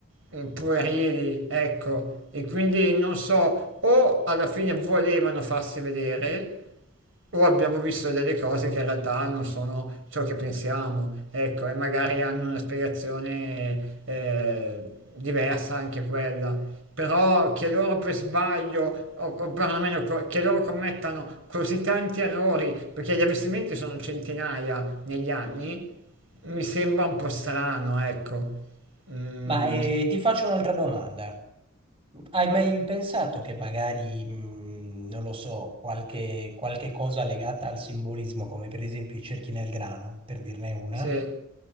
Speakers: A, on the right; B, on the right.
A: eh, puerili, ecco, e quindi non so, o alla fine volevano farsi vedere, o abbiamo visto delle cose che in realtà non sono ciò che pensiamo, ecco, e magari hanno una spiegazione eh, diversa anche quella. Però che loro per sbaglio, o, o perlomeno co- che loro commettano così tanti errori, perché gli avvistamenti sono centinaia negli anni, mi sembra un po' strano, ecco. Mm,
B: Ma eh, ti faccio un'altra domanda. Hai mai pensato che magari, mh, non lo so, qualche, qualche cosa legata al simbolismo, come per esempio i cerchi nel grano, per dirne una?
A: Sì,